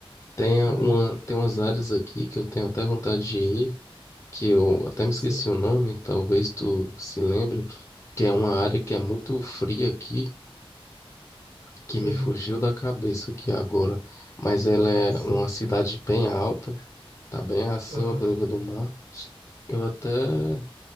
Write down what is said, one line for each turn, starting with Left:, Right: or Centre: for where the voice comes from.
Left: Tem a-
Right: Uhum,
Left: uma, tem umas áreas aqui que eu tenho até vontade de ir, que eu até me
Right: sim,
Left: esqueci o nome, talvez tu se lembre, que é uma área que é muito fria aqui. que me
Right: uhum,
Left: fugiu da cabeça aqui agora, mas ela é
Right: sim,
Left: uma cidade bem alta, tá bem acima
Right: aham.
Left: do nível do mar. Eu até,